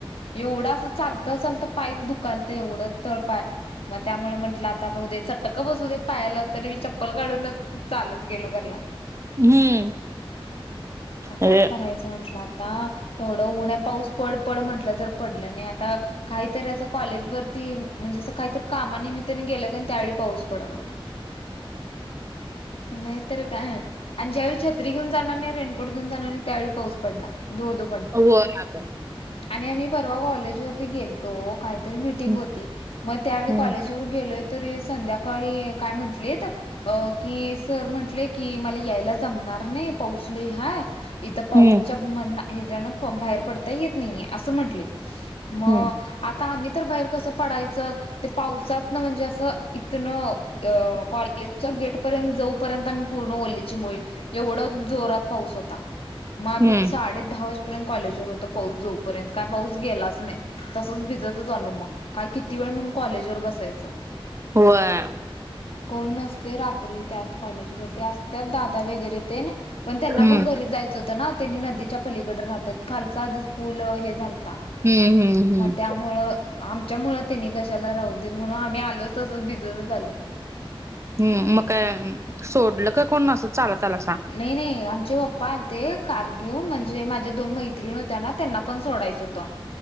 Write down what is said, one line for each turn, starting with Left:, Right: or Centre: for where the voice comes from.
Left: एवढा चालत चालता पाय दुखालतं एवढं तळपाय. मग त्यामुळं म्हटलं आता राहूदेत चटक बसूदेत पायाला, तरी मी चप्पल काढूनच चालत गेलो घरला.
Right: हम्म
Left: मग काय
Right: हे
Left: करायचं म्हटलं आता एवढं ऊन हाय पाऊस पड पड म्हटलं तर पडलं नाही आणि आता काहीतरी असं कॉलेजवरती म्हणजे असं काहीतरी कामा निमित्तानं गेलं कनई, त्यावेळी पाऊस पडलं आता. नाही तर काय. आणि ज्यावेळी छत्री घेऊन जाणार नाही, रेनकोट घेऊन जाणार नाही त्यावेळी पाऊस पडणार धो-धो.
Right: होय आग.
Left: आणि आम्ही परवा कॉलेज वरती गेलतो काय त मीटिंग
Right: हम्म
Left: होती मग त्यावेळी
Right: हम्म
Left: कॉलेजवर गेलोय तरी संध्याकाळी काय म्हंटली. अ की सर म्हंटले की मला यायला जमणार नाही पाऊसल हाय. इथं पाऊसच्या
Right: हम्म
Left: म्हण. हे जण बाहेर पडता येत नाहीे असं म्हंटले मग
Right: हम्म
Left: आता आम्ही तर बाहेर कस. पडायच ते पावसात ना म्हणजे असं इथन कॉलेज गेट. पर्यंत जाऊ पर्यंत पूर्ण ओली बल एवढ जोरात पाऊस होता मगमी
Right: हम्म हम्म.
Left: साडे दहा वाजे. र्य कॉलेज व हों पाऊस जऊपर्यंत काय पाऊस गेलाच नाही तसच भिजत झा आलो मग काय किती वेळ म्हणून कॉलेज वर बसायचं.
Right: होय
Left: कोण नसते रात्री त्यात कॉलेजवररती असते. त्यात दादा वगैरे ते ना पण त्यांना
Right: हम्म
Left: पण घरी जायचं. <unintelligible> त्यांनी नदीच्या पलीकडं राहतात. खालच आधीच फुलं हे झालतात
Right: हम्म हम्म हम्म
Left: मग त्यामुळं आमच्या मुळ त्यांनी कशाला राहू दे म्हणून आम्ही आलोच तसच भिजतच आलो.
Right: हम् मग काय सोडलं का कोण न असं चालत आला सां.
Left: नाही नाही आमचे पप्पा आलते कार घेऊन म्हणजे माझ्या दोन मैत्रिणी होत्या ना त्यांना पण सोडायचं होतं.